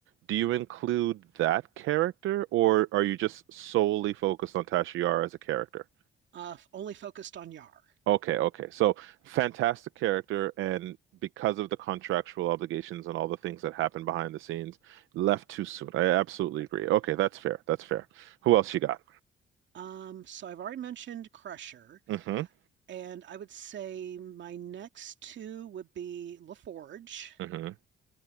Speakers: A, on the right (about 80°); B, on the right (about 70°).
A: do you include that character, or are you just solely focused on Tasha Yar as a character?
B: Uh, only focused on Yar.
A: Okay, okay. So fantastic character, and because of the contractual obligations and all the things that happened behind the scenes, left too soon. I absolutely agree. Okay, that's fair. That's fair. Who else you got?
B: Um, so I've already mentioned Crusher,
A: hmm
B: and I would say my next two would be LaForge.
A: hmm